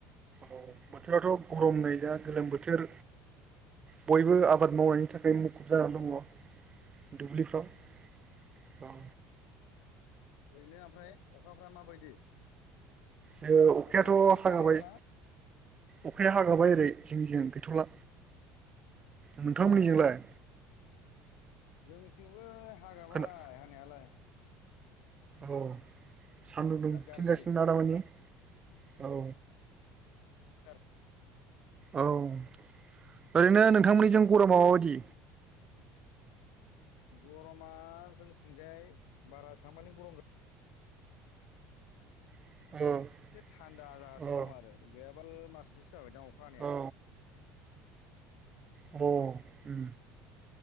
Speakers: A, on the right (about 30°); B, on the left (about 80°).
A: औ बोथोराथ' गरम नै जा गोलोम बोथोर बयबो आबाद मावनायनि थाखाय मुखुब जानानै दंङ। दुब्लिफ्राव अ
B: ओरैनो ओमफ्राय अखाफ्रा माबायदि?
A: जो अखायाथ'
B: अखाफ्रा
A: हागाबाय
B: हानायफ्रा
A: अखाया हागाबाय ओरै जोंनिजों गैथ'ला नोंथां मोननिजोंलाय?
B: जोंथिंबो हागाबाय
A: खोना
B: हानायालाय।
A: औ सानदुं दुं
B: बिराद गाज्रि
A: फिनगासिनो दा-दामानि औ
B: <unintelligible>
A: औ ओरैनो नोंथांमोननिजों गरमा माबायदि?
B: गरमा जोंथिंजाय बारा साम मानि गरम
A: औ
B: एसे थान्दा जागासिनो
A: औ
B: दं आरो गैयाबाल मासमोनसे सो जाबायदां अखा हानाया।
A: औ
B: <inaudible>
A: अ उम